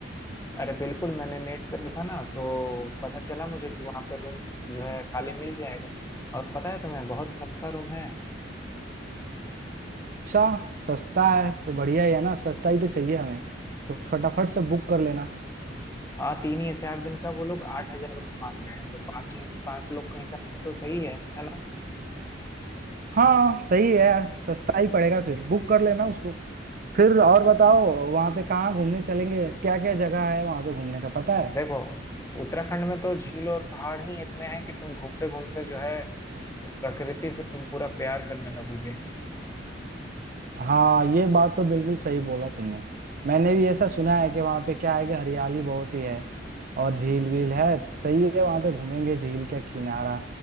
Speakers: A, on the left (about 15°); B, on the right (about 50°).
A: अरे बिल्कुल मैंने नेट पे देखा ना तो पता चला मुझे कि वहाँ पे रूम जो है खाली मिल जाएगा और पता है तुम्हें बहुत सस्ता रूम है
B: अच्छा सस्ता है तो बढ़िया ही है ना सस्ता ही तो चाहिए हमें तो फटाफट से बुक कर लेना
A: हाँ तीन या चार दिन का वो लोग आठ हजार रुपये मांग रहे हैं तो पाँच पाँच लोग के हिसाब से तो सही है है ना
B: हाँ सही है सस्ता ही पड़ेगा फिर बुक कर लेना उसको फिर और बताओ वहाँ पे कहाँ घूमने चलेंगे क्या क्या जगह है वहाँ पे घूमने का पता है
A: देखो उत्तराखंड में तो झील और पहाड़ ही इतने हैं कि तुम घूमते घूमते जो है प्रकृति से तुम पूरा प्यार करने लगोगे
B: हाँ ये बात तो बिल्कुल सही बोला तुमने मैंने भी ऐसा सुना है कि वहाँ पे क्या है कि हरियाली बहुत ही है और झील वील है तो सही है वहाँ पे घूमेंगे झील का किनारा